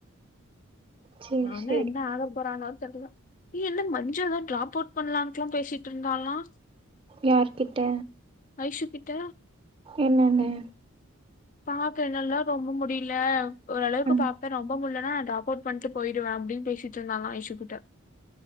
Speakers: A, on the right; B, on the left.
A: சேரி
B: நானா
A: சேரி
B: என்ன ஆக போறான்னோ தெர்ல ஏ என்ன மஞ்சள்ளா ட்ராப் அவுட் பண்லான்க்லா பேசிட்ருந்தாலா
A: யார்கிட்ட
B: ஐஷு கிட்ட
A: என்னன்னு
B: பாக்ற நல்லா ரொம்ப முடில ஓர் அளவுக்கு
A: ம்
B: பாப்பே ரொம்ப முட்லன்னா நா ட்ராக் அவுட் பண்ட்டு போய்டுவ அப்டின் பேசிட்ருந்தாலா ஐஷு கிட்ட